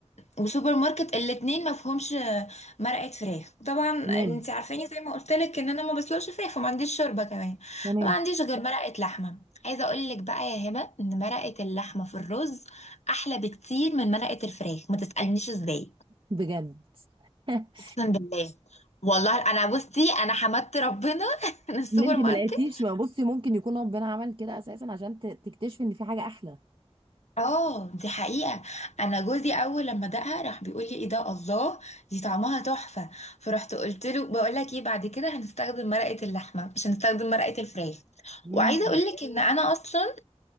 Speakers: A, on the left; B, on the right.
A: وسوبر ماركت الاتنين ما فيهمش آه، مرقه فراخ طبعا
B: تمام
A: انت عارفاني زي ما قلت لك ان انا ما بسلقش فراخ وما عنديش شوربه كمان
B: تمام
A: ما عنديش غير مرقه لحمه عايزه اقول لك بقى يا هبه ان مرقه اللحمه في الرز احلى بكتير من مرقه الفراخ ما تسالنيش ازاي
B: بجد <laughs>
A: اقسم بالله والله انا بصي انا حمدت ربنا <laughs> من السوبر
B: إن أنت
A: ماركت
B: ما لقيتيش ما بصي ممكن يكون ربنا عمل كده أساسا عشان ت- تكتشفي إن في حاجة أحلى
A: اه دي حقيقه انا جوزي اول لما دقها راح بيقول لي ايه ده الله دي طعمها تحفه فرحت قلت له بقول لك ايه بعد كده هنستخدم مرقه اللحمه مش هنستخدم مرقه الفراخ
B: مم.
A: وعايزه اقول لك ان انا اصلا